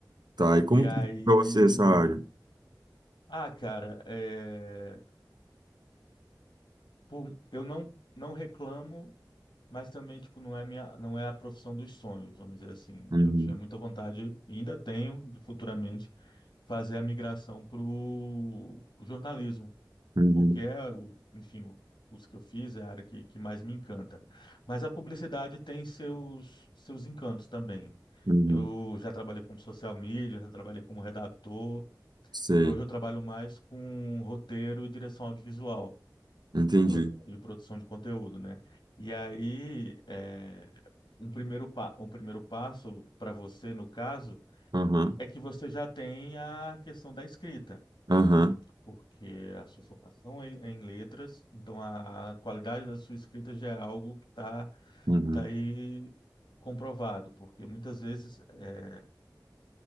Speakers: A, on the right (about 65°); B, on the left (about 80°).
A: Tá, e como
B: E aí.
A: que é pra você essa área?
B: Ah, cara, é, por- eu não, não reclamo, mas também tipo, não é minha, não é a profissão dos sonhos, vamos dizer assim.
A: Uhum,
B: Eu tinha muita vontade, e ainda tenho, de futuramente, fazer a migração para o jornalismo.
A: uhum,
B: porque é, o- enfim, os que eu fiz é a área que, que mais me encanta. Mas a publicidade tem seus, seus encantos também.
A: uhum.
B: Eu já trabalhei como social media, já trabalhei como redator,
A: Sei,
B: e hoje eu trabalho mais com roteiro e direção audiovisual
A: entendi.
B: produ- e produção de conteúdo, né? E aí, é, um primeiro, pa- um primeiro passo para você, no caso,
A: Aham,
B: é que você já tem a questão da escrita
A: aham,
B: porque a sua formação é é em letras, então a qualidade da sua escrita já é algo que está
A: uhum,
B: tá aí comprovado, porque muitas vezes eh,